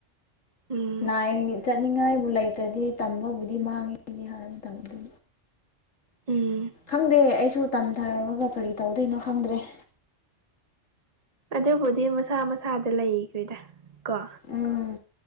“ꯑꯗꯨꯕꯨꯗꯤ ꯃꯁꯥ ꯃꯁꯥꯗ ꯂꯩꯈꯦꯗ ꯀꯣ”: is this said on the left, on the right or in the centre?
Right